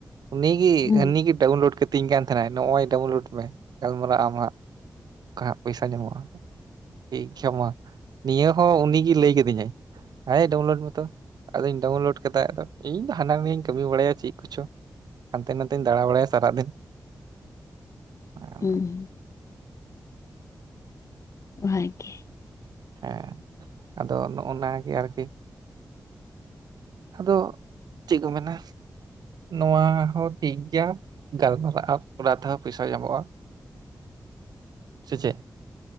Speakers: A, on the right (about 75°); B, on the left (about 45°).
A: ᱩᱱᱤ ᱜᱮ
B: ᱦᱩᱸ
A: ᱦᱟᱹᱱᱤ ᱜᱮ ᱰᱟᱣᱩᱱᱞᱳᱰ ᱠᱟᱛᱤᱧ ᱠᱟᱱ ᱛᱟᱦᱮᱱᱟᱭ ᱱᱚᱜ-ᱚᱭ ᱰᱟᱣᱩᱱᱞᱳᱰ ᱜᱟᱞᱢᱟᱨᱟᱜ ᱟᱢ ᱦᱟᱸᱜ ᱚᱸᱠᱟ ᱯᱚᱭᱥᱟ ᱧᱟᱢᱚᱜᱼᱟ <unintelligible> ᱱᱤᱭᱟᱹ ᱦᱚᱸ ᱩᱱᱤᱜᱮ ᱞᱟᱹᱭ ᱠᱟᱹᱫᱤᱧᱟᱭ ᱦᱟᱭ ᱰᱟᱣᱩᱱᱞᱳᱰ ᱢᱮᱛᱚ ᱟᱫᱚᱧ ᱰᱟᱣᱩᱱᱞᱳᱰ ᱠᱟᱫᱟ ᱟᱫᱚ ᱤᱧ ᱫᱚ ᱦᱟᱱᱟ ᱱᱤᱭᱟᱹᱧ ᱠᱟᱹᱢᱤ ᱵᱟᱲᱟᱭᱟ ᱪᱮᱫ ᱠᱚᱪᱚ ᱦᱟᱱᱛᱮ ᱱᱟᱛᱮᱧ ᱫᱟᱲᱟ ᱵᱟᱲᱟᱭᱟ ᱥᱟᱨᱟᱫᱤᱱ ᱟᱫᱚ
B: ᱩᱸ ᱵᱷᱟᱜᱮ
A: ᱦᱮᱸ ᱟᱫᱚ ᱱᱚᱜᱼᱚᱱᱟ ᱜᱮ ᱟᱨᱠᱤ ᱟᱫᱚ ᱪᱮᱫ ᱠᱚ ᱢᱮᱱᱟ ᱱᱚᱣᱟ ᱦᱚᱸ ᱴᱷᱤᱠ ᱜᱮᱭᱟ ᱜᱟᱞᱢᱟᱨᱟᱜ ᱟᱢ ᱚᱱᱟ ᱛᱮᱦᱚᱸ ᱯᱚᱭᱥᱟ ᱧᱟᱢᱚᱜᱼᱟ ᱥᱮᱪᱮ